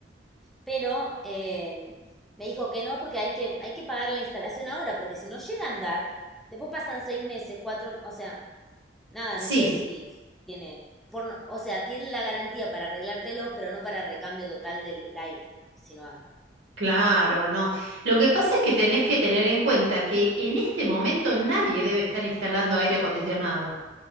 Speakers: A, in the centre; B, on the right (about 85°).
A: Pero em, me dijo que no, porque hay que, hay que pagar la instalación ahora, porque si no llega a andar, después pasan seis meses, cuatro, o sea, nada,
B: Sí,
A: no sé si tiene, por, no- o sea, tienen la garantía para arreglártelo, pero no para recambio total del aire, si no anda.
B: Claro, no. Lo que pasa es que tenés que tener en cuenta que en este momento nadie debe estar instalando aire acondicionado.